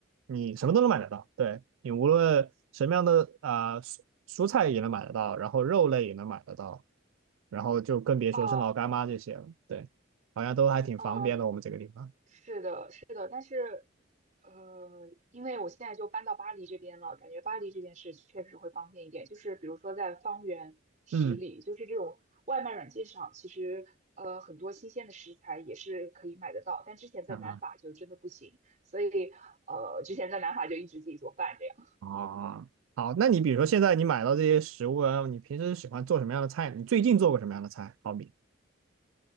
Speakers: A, on the right; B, on the right.
A: 你什么都能买得到，对你无论什么样的啊、呃蔬蔬菜也能买得到，然后肉类也能买得到，然后就更别说是老干妈这些了，
B: 啊
A: 对，好像都还挺方便的，
B: 啊、
A: 我们这个地方。
B: 是的，是的，但是，呃，因为我现在就搬到巴黎这边了，感觉巴黎这边是确实会方便一点。就是比如说在方圆十里，
A: 嗯。
B: 就是这种外卖软件上，其实呃很多新鲜的食材也是可以买得到，但之前在南法就真的不行，
A: 啊。
B: 所以呃之前在南法就一直自己做饭这样。
A: 啊，好，那你比如说现在你买到这些食物啊，你平时喜欢做什么样的菜？你最近做过什么样的菜？好比，